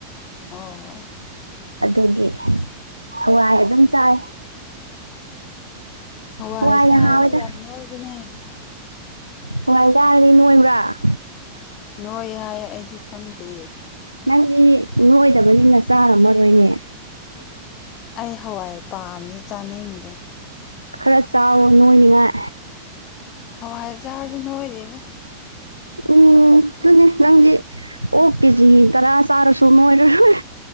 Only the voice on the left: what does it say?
ꯑꯣ꯫
ꯍꯋꯥꯏ
ꯆꯥꯔꯗꯤ
ꯌꯥꯝ ꯅꯣꯏꯕꯅꯦ
ꯅꯣꯏꯌꯦ ꯍꯥꯏꯌꯦ ꯑꯩꯗꯤ ꯈꯪꯗꯦ꯫
ꯑꯩ ꯍꯋꯥꯏ ꯄꯥꯝꯗꯦ ꯆꯥꯅꯤꯡꯗꯦ꯫
ꯍꯋꯥꯏ ꯆꯥꯔꯁꯨ ꯅꯣꯏꯗꯦꯗ꯫